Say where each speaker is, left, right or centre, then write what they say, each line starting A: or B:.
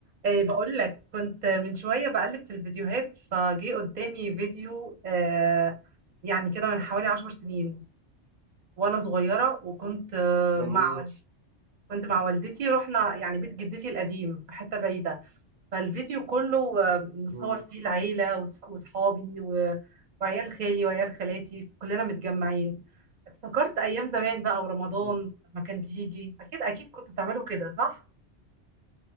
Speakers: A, on the right; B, on the right.
A: ايه بقول لك كنت من شوية بقلب في الفيديوهات فجي قدامي فيديو آه يعني كده من حوالي عشر سنين وانا صغيرة وكنت آه
B: جميل
A: مع وال- كنت مع والدتي رحنا يعني بيت جدتي القديم في حتة بعيدة فالفيديو كله آه مصور
B: مم،
A: فيه العيلة وص- وصحابي و- وعيال خالي وعيال خالاتي كلنا متجمعين افتكرت ايام زمان بقى ورمضان
B: مم.
A: لما كان بيجي اكيد اكيد كنتوا بتعملوا كده صح؟